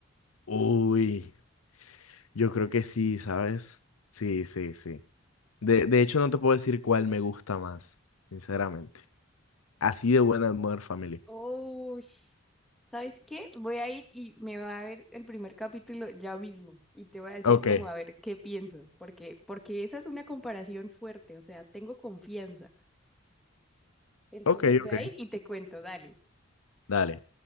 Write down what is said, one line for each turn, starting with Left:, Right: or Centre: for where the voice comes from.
Left: Uy, yo creo que sí, ¿sabes? Sí, sí, sí. De, de hecho, no te puedo decir cuál me gusta más, sinceramente. Así de buena es Modern Family.
Centre: Oh, ¿sabes qué? Voy a ir y me va a ver el primer capítulo ya mismo y te voy a decir
Left: Ok,
Centre: como a ver qué pienso, porque porque esa es una comparación fuerte, o sea, tengo confianza. Entonces
Left: ok,
Centre: voy
Left: ok.
Centre: a ir y te cuento, dale.
Left: Dale.